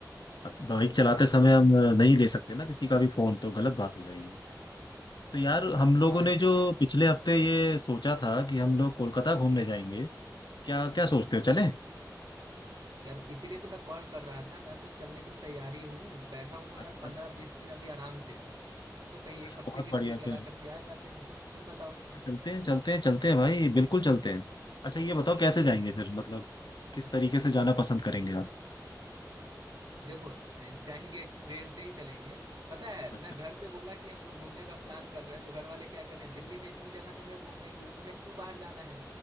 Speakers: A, on the left; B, on the right.
A: अब बाइक चलाते
B: हाँ
A: समय हम अ, नहीं ले सकते ना किसी का भी फोन तो गलत बात हो जाएगी तो यार हम लोगों
B: हाँ
A: ने
B: नहीं
A: जो
B: नहीं
A: पिछले हफ्ते ये सोचा था कि हम लोग कोलकाता घूमने जाएंगे क्या क्या सोचते हो चलें
B: यार इसीलिए तो मैं कॉल कर रहा था मैं तो चलने को तैयारी हूँ बैठा हूँ यार
A: अच्छा
B: पंद्रह बीस दिन अभी आराम से तो कहीं एक
A: अरे
B: हफ्ते
A: बहुत
B: की
A: बढ़िया
B: ट्रिप लगा
A: फिर
B: करके आ जाते हैं तुम बताओ
A: हाँ, चलते हैं चलते हैं चलते हैं भाई बिल्कुल चलते हैं अच्छा ये बताओ कैसे जाएंगे फिर मतलब किस तरीके से जाना पसंद करेंगे आप
B: देखो जाएंगे ट्रेन से ही चलेंगे पता है
A: अच्छा
B: मैं घर पे बोला कि हम लोग घूमने का प्लान कर रहे हैं तो घर वाले क्या कह रहे हैं दिल्ली में इतनी जगह तो है घूमने की तुम्हें क्यों बाहर जाना है